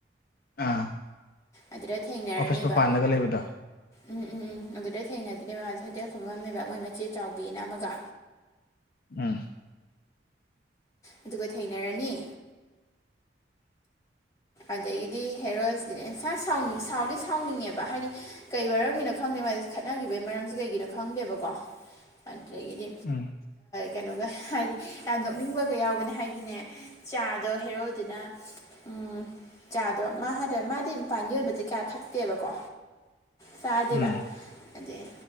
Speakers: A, on the left; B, on the left.
A: ꯑꯥ
B: ꯑꯗꯨꯗ ꯊꯦꯡꯅꯔꯅꯤꯕ
A: ꯑꯣꯐꯤꯁ ꯃꯄꯥꯟꯗꯒ ꯂꯩꯕꯗꯣ
B: ꯎꯝ ꯎꯝ ꯎꯝ ꯑꯗꯨꯗ ꯊꯦꯡꯅꯗꯅꯦꯕ ꯃꯥꯁꯦ ꯍꯣꯇꯦꯜ ꯐꯝꯃꯝꯃꯦꯕ ꯃꯣꯏ ꯃꯆꯦ ꯆꯥꯎꯕꯤꯅ ꯑꯃꯒ
A: ꯎꯝ
B: ꯑꯗꯨꯒ ꯊꯦꯡꯅꯔꯅꯤ ꯑꯗꯒꯤꯗꯤ ꯍꯦꯔꯣꯁꯦ ꯁꯅꯤꯡ ꯁꯥꯎꯗꯤ ꯁꯥꯎꯅꯤꯡꯉꯦꯕ ꯍꯥꯏꯗꯤ ꯀꯩ ꯃꯔꯝꯒꯤꯅꯣ ꯈꯪꯗꯦ ꯃꯥꯁꯦ ꯈꯠꯅꯈꯤꯕꯒꯤ ꯃꯔꯝꯁꯦ ꯀꯩꯒꯤꯅꯣ ꯈꯪꯗꯦꯕꯀꯣ ꯑꯗꯨꯗꯒꯤꯗꯤ
A: ꯎꯝ
B: ꯀꯩꯅꯣꯒ ꯍꯥꯏꯗꯤ ꯌꯥꯝ ꯅꯣꯛꯅꯤꯡꯕꯒ ꯌꯥꯎꯕꯅꯦ ꯍꯥꯏꯗꯤꯅꯦ ꯆꯥꯗꯣ ꯍꯦꯔꯣꯗꯨꯅ ꯎꯝ ꯆꯥꯗꯣ ꯃꯥ ꯍꯥꯟꯅ ꯃꯥꯗꯤ ꯃꯄꯥꯟꯗ ꯌꯣꯟꯕ ꯖ‌ꯦ ꯀꯌꯥ ꯊꯛꯇꯦꯕꯀꯣ ꯆꯥ ꯗ‌ꯦꯕ
A: ꯎꯝ
B: ꯑꯗꯩ